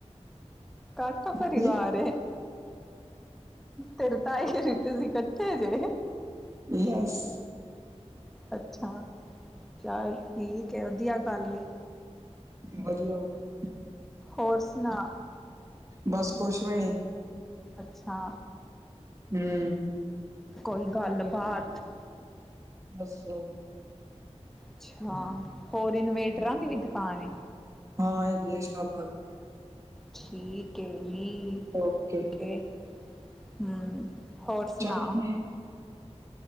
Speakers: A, in the centre; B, on the right.
A: ਕਰਤਾ ਪਰਿਵਾਰ
B: ਕੀ?
A: ਏ। ਤੇਰੇ ਤਾਈ ਹੁਣੀ ਤੁਸੀਂ ਇਕੱਠੇ ਜੇ।
B: ਯੈੱਸ
A: ਅੱਛਾ, ਚੱਲ ਠੀਕ ਹੈ, ਵਧੀਆ ਗੱਲ ਐ।
B: ਵਧੀਆਂ- ਵਧੀਆਂ।
A: ਹੋਰ ਸੁਣਾ?
B: ਬਸ ਕੁਛ ਵੀ ਨੀ।
A: ਅੱਛਾ
B: ਹਮ
A: ਕੋਈ ਗੱਲਬਾਤ।
B: ਹੱਸੋ
A: ਅੱਛਾਂ ਹੋਰ ਇਨਵੇਟਰਾਂ
B: ਹੂੰ,
A: ਦੀ ਵੀ ਦੁੱਕਾਨ ਏਂ।
B: ਹਾਂ ਹੈਗੀ ਇਹ ਸ਼ਾਹਬਾਦ।
A: ਠੀਕ ਐਂ ਜੀਂ।
B: ਓਕੇ।
A: ਫੇਰ ਹਮ ਹੋਰ ਸੁਣਾ?
B: ਚੱਲ ਠੀਕ